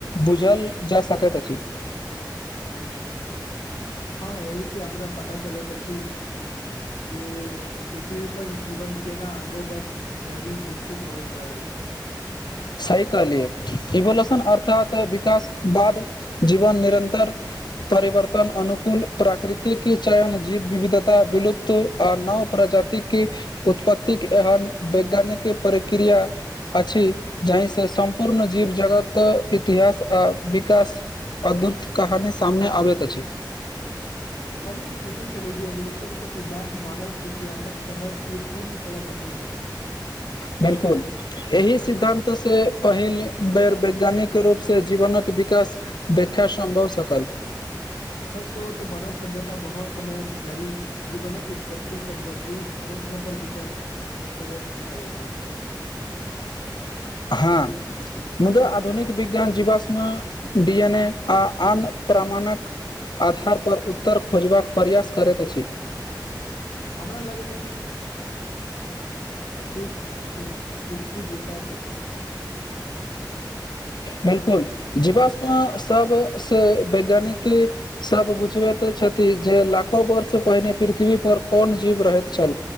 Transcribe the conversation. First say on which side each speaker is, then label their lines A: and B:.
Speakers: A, on the left; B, on the left.
A: बुझल जा सकैत अछि
B: हू हाँ एहिसे हमरा पता चलैत अछी जे पृथ्वी पर जीवन केना अरबोबर्ष धरि विकसित होइत रहल <inaudible>
A: सही कहलियै इवोलशन अर्थात विकास बाद जीवन निरन्तर परिवर्तन अनुकूल प्राकृतिकि चयन जीव विविधता विलुप्त आ नव प्रजा जाति की उत्पतिक एहन वैज्ञानिक प्रक्रिया अछि जाहि से सम्पूर्ण जीव जगत इतिहास आ विकास अद्वत कहानी सामने आबैत अछि
B: <inaudible> कलहि हम सोचै चलू जे एवोल्यूशन के सिद्धंत मानव इतिहासक समझ के पूरी तरह बदली दै लक
A: बिल्कुल एहि सिद्धांत से पहिल बेर वैज्ञानिक रूपसे जीवनक विकास व्याख्या सम्भव सकल
B: सच कहू तऽ मानव सभ्यता बहुत समयक धरि जीवनक उत्पत्ति सम्बन्धी प्रश्न पर विचार करैत रहल अछि
A: हँ मुदा आधुनिक विज्ञान जीवाश्म डि एन ए आ आन प्रमाण मानक आधार पर उत्तर खोजबाक प्रयास करैत अछि
B: हमरा लगैत अति खिड़की जेका छथि
A: बिल्कुल जीवाश्म सब से वैज्ञानिक सब बुझबे छथि जे लाखो वर्ष पहिने पृथ्वी पर कोन जीव रहैत छल